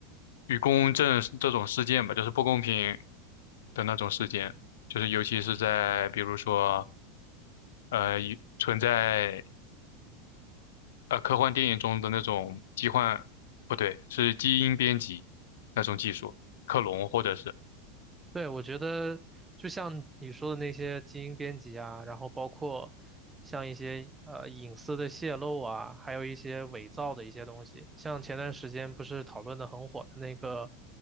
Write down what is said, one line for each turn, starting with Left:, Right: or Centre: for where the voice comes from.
Left: 与公正这种事件吧，就是不公平的那种事件，就是尤其是在比如说呃一存在呃科幻电影中的那种疾患，不对，是基因编辑那种技术，克隆或者是
Right: 对，我觉得就像你说的那些基因编辑啊，然后包括像一些呃隐私的泄露啊，还有一些伪造的一些东西，像前段时间不是讨论的很火的那个